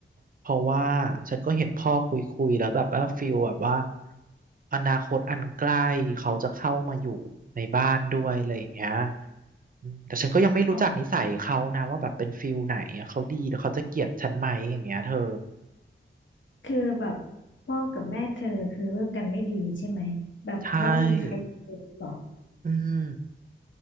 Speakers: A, on the right; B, on the left.
A: เพราะว่าฉันก็เห็นพ่อคุยคุยแล้วแบบว่าฟิลแบบว่าอนาคตอันใกล้เขาจะเข้ามาอยู่ในบ้านด้วยอะไรอย่างเงี้ยอืมแต่ฉันก็ยังไม่รู้จักนิสัยเขานะว่าแบบเป็นฟิลไหนอะเขาดีหรือเขาจะเกลียดฉันไหมอย่างเงี้ยเธอ
B: อ๋อคือแบบพ่อกับแม่เธอคือเลิกกันไม่ดีใช่ไหมแบบเพราะว่ามีใครอีกคนหรอ
A: ใช่ อืม